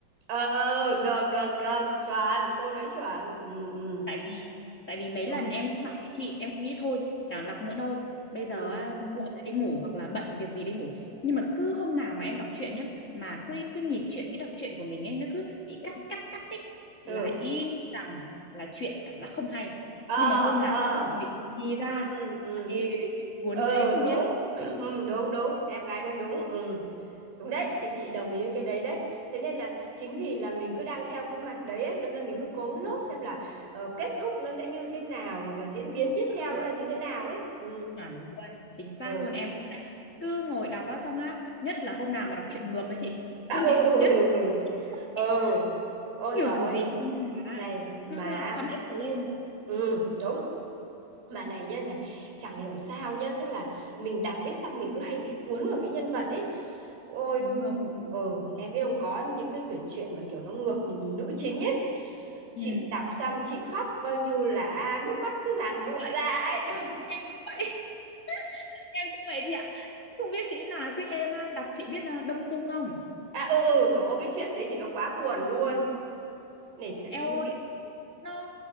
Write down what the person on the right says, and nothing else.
ờ ờ được được được chuẩn cô nói chuẩn ừ ừ
đúng
ừ
ừ
ờ
ờ
ừ ừ ừ
ờ
đúng
<clears throat> ừ, đúng đúng em gái nói đúng ừ đúng đấy chị chị đồng ý với cái đấy đấy thế nên là chính vì là mình cứ đang theo cái mạch đấy ấy đâm ra mình cứ cố
nốt xem là ờ, kết thúc nó sẽ như thế nào hoặc là diễn biến tiếp
theo
nó là như thế nào ấy ừ
ừ
<laughs> à,
ừ ừ
ừ ừ
ừ
ôi
giời ơi
này mà
ừ đúng bạn này nhá nhỉ chẳng hiểu sao nhá tức là mình đọc ít xong mình cứ hay bị cuốn vào cái nhân vật ấy ôi
ừm,
ờ em biết không có những cái quyển truyện mà kiểu nó ngược nhìn nữ chính ấy chị
đọc xong chị khóc coi như là nước mắt nó cứ giàn giụa
ra ấy
<laughs> à ừ ừ trời ơi cái chuyện đấy thì nó quá buồn luôn này sẽ
những
cái